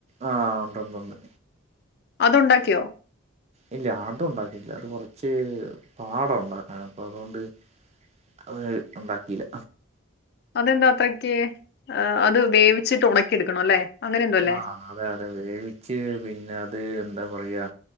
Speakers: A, on the right; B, on the left.
A: ആ ഉണ്ടണ്ട്ണ്ട്.
B: അതുണ്ടാക്കിയോ.
A: ഇല്ല അതുണ്ടാക്കിട്ടില്ല അത് കുറച്ച് പാട ഉണ്ടാക്കാണ് അപ്പൊ അതുകൊണ്ട് അത് ഉണ്ടാക്കിയില്ല.
B: അതെന്താ അത്രെക്ക് ഹേ അത് വേവിച്ചിട്ട് ഉണക്കിടുക്കണ അല്ലെ അങ്ങനെ എന്തോ അല്ലേ
A: ആ അതെ അതെ വേവിച്ച് പിന്നെ അത് എന്താ പറയാ.